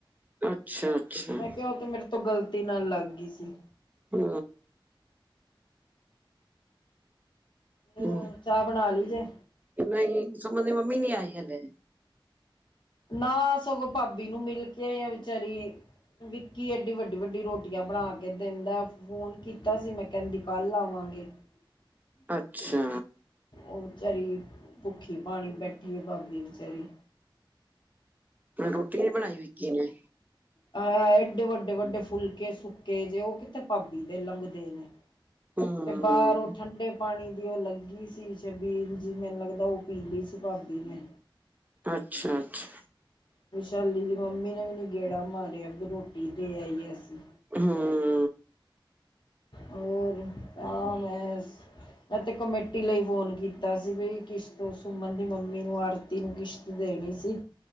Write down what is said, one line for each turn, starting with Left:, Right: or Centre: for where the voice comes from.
Right: ਅੱਛਾ-ਅੱਛਾ।
Left: ਮੈਂ ਕਿਹਾ ਉਹ ਤੇ ਮੇਰੇ ਤੋਂ ਗਲਤੀ ਨਾਲ ਲੱਗ ਗਈ ਸੀ।
Right: ਹਾ।
Left: ਤੇ
Right: ਹੂੰ,
Left: ਚਾਹ ਬਣਾ ਲਈ ਜੇ।
Right: ਨਹੀਂ, ਸੁਮਨ ਦੀ ਮੰਮੀ ਨੀ ਆਈ ਹਲੇ।
Left: ਨਾ, ਸਗੋਂ ਭਾਬੀ ਨੂੰ ਮਿਲ ਕੇ ਆ ਜਾਂ ਵਿਚਾਰੀ ਵਿਕੀ ਐਡੀ ਵੱਡੀ-ਵੱਡੀ ਰੋਟੀਆਂ ਬਣਾ ਕੇ ਦਿੰਦਾ। ਫੋਨ ਕੀਤਾ ਸੀ ਮੈਂ ਕਹਿੰਦੀ ਕੱਲ ਆਵਾਂਗੇ। <inaudible>
Right: ਅੱਛਾ।
Left: ਉਹ ਵਿਚਾਰੀ ਭੁੱਖੀ ਪਾਣੀ ਬੈਠੀਏ ਭਾਬੀ ਵਿਚਾਰੀ।
Right: ਹੁਣ ਰੋਟੀ ਨੀ ਬਣਾਈ ਵਿੱਕੀ ਨੇ।
Left: ਅਹ ਐਏ ਡੇ ਵੱਡੇ ਵੱਡੇ ਫੁਲਕੇ ਸੁੱਕੇ ਜੇ ਉਹ ਕਿਤੇ ਭਾਬੀ ਦੇ ਲੰਘਦੇ ਨੇ।
Right: ਹੂੰ।
Left: ਤੇ ਬਾਹਰ ਠੰਡੇ ਪਾਣੀ ਦੀ ਉਹ ਲੱਗੀ ਸੀ ਛਬੀਲ ਜੀ ਮੈਨੂੰ ਲੱਗਦਾ ਉਹ ਪੀ ਲਈ ਸੀ ਭਾਬੀ ਨੇ।
Right: ਅੱਛਾ ਅੱਛਾ।
Left: ਵਿਸ਼ਾਲੀ ਦੀ ਮੰਮੀ ਨੇ ਵੀ ਨਹੀ ਗੇੜਾ ਮਾਰਿਆ ਵੀ ਰੋਟੀ ਦੇ ਆਈਏ ਅਸੀਂ।
Right: ਹੂੰ।
Left: ਹੋਰ ਆਮ ਐਸ ਇਹ ਤੇ ਕਮੇਟੀ ਲਈ ਫੋਨ ਕੀਤਾ ਸੀ ਬਈ ਕਿਸ਼ਤ ਸੁਮਨ ਦੀ ਮੰਮੀ ਨੂੰ ਆੜਤੀ ਨੂੰ ਕਿਸ਼ਤ ਦੇਣੀ ਸੀ